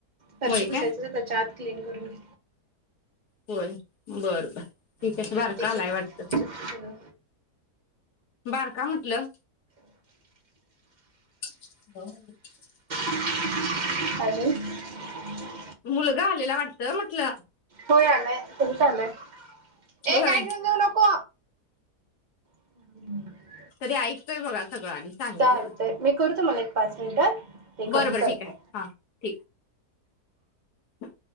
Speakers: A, on the right; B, on the left.
A: फरशी
B: होय
A: पुसायच
B: काय
A: तेच्या आत क्लीन करून
B: होय बर बर ठीकये
A: ते करते
B: बारका आलाय
A: की
B: वाटत
A: सगळं.
B: बारका म्हटलं <inaudible>
A: <inaudible>
B: मुलगा आलेला वाटत म्हटलं
A: होय आलाय परत आलाय ये
B: होय
A: काय घेऊन जाऊ नको. <inaudible>
B: तरी ऐकतोय बघा सगळं आणि सांगितलेलं
A: चालतंय मी करू तुम्हाला एक पाच मिनिटात हे
B: बर
A: करून
B: बरं
A: करते
B: ठीक आहे हा ठीक हाय..